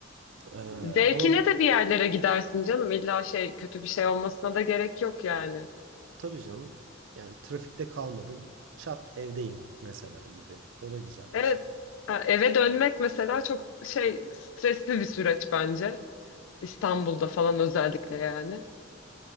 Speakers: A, on the right; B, on the left.
A: Ee,
B: Zevkine
A: ama
B: de bir yerlere gidersin canım. İlla şey kötü bir şey olmasına da gerek yok yani.
A: Tabii canım. Yani trafikte kalmadım. Çat evdeyim mesela gibi. O da güzel
B: Evet.
A: bir şey.
B: Ha, Eve dönmek mesela çok şey stresli bir süreç bence. İstanbul'da falan özellikle yani.